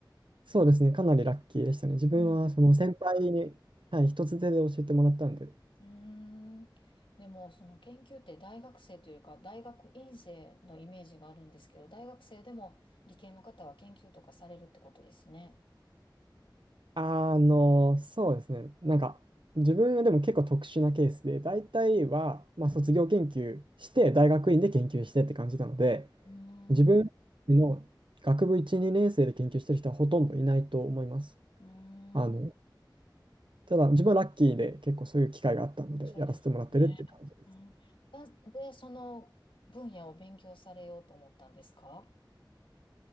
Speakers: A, on the right (about 80°); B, on the left (about 85°).
A: そうですね。かなりラッキーでしたね。自分はその先輩に、
B: うん。
A: はい、一つ手で教えてもらったんで。
B: うーん。でも、その研究って大学生というよりか、大学院生のイメージがあるんですけど、大学生でも理系の方は研究とかされるってことですね。
A: あの、そうですね。なんか、自分はでも結構特殊なケースで、大体は、まあ、卒業研究して、大学院で研究してって感じなので、
B: うーん。
A: 自分の学部1、2年生で研究してる人はほとんどいないと思います。
B: うー
A: あの、
B: ん。
A: ただ、自分はラッキーで結構そういう機会があったので、
B: そうですよね。
A: やらせてもらってるっていう感じです。
B: うん。なんで、その分野を勉強されようと思ったんですか